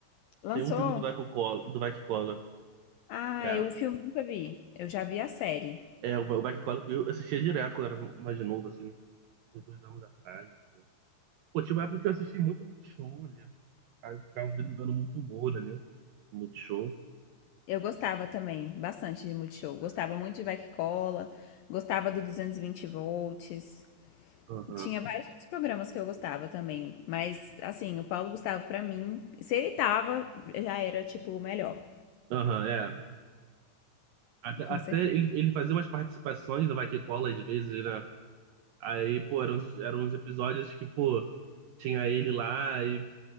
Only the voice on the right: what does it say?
Tem um filme do Dark Cola, do Dark Cola.
é.
É, o, o Bike eu assistia direto quando eu era mais novo, assim, uns dois anos atrás, assim. Pô, tinha uma época que eu assisti muito Multishow ali. Aí eu ficava vendo vendo muito humor ali. Multishow.
Aham.
Aham, é. Até, até
ele, ele fazia umas participações do Vai Que Cola às vezes, né? Aí, pô, eram, uns- eram uns episódios que, pô, tinha ele lá e